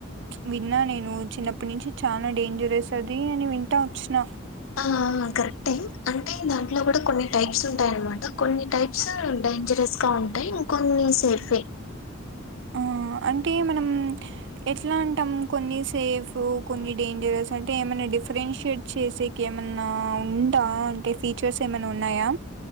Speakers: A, on the right; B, on the left.
A: విన్నా నేను చిన్నప్పటి నుంచి చాలా డేంజరస్ అది అని వింటా వచ్చిన
B: ఆ కరెక్ట్ ఎ అంటే దాంట్లో కూడా కొన్ని టైప్స్ ఉ టాయినమాట కొన్ని టైప్స్ డేంజరస్ గా ఉంటాయి ఇం కొన్ని సేఫే
A: ఆ అంటే మనం ఎట్లా అంటాం కొన్ని సేఫ్ కొన్ని డేంజరస్ అంటే ఎమన్నా డీ డిఫరెన్షియేట్ చేసేకి ఎమన్నా ఉందా అంటే ఫీచర్స్ ఎమన్నా ఉన్నాయా